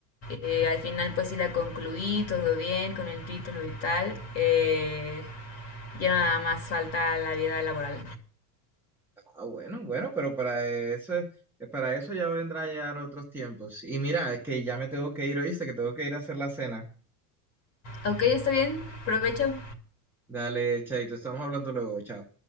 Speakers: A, on the left; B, in the centre.
A: Eh, al final pues sí la concluí, todo bien con el título y tal. Eh, ya nada más falta la vida laboral.
B: Ah, bueno, bueno, pero para eso, eh, para eso ya vendrá ya otros tiempos. Y mira, que ya me tengo que ir, ¿oíste? Que tengo que ir a hacer la cena.
A: Ok, está bien, provecho.
B: Dale, chaito, estamos hablando luego, chao.